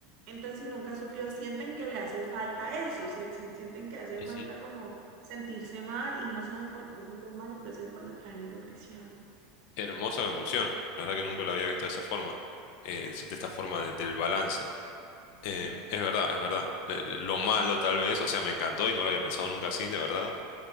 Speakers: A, on the right; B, on the left.
A: Entonces, si nunca sufrió, sienten que le hace falta eso, si- si- sienten que hace
B: Ujú.
A: falta como sentirse mal y no saben por qué se sienten mal, entonces es cuando caen en depresión.
B: Hermosa conclusión. La verdad que nunca lo había visto de esa forma. Eh, de esta forma de- del balance. Em,
A: Ujú,
B: es verdad, es verdad. Le- le- Lo malo tal vez, o sea, me encantó y no lo había pensado nunca así, de verdad.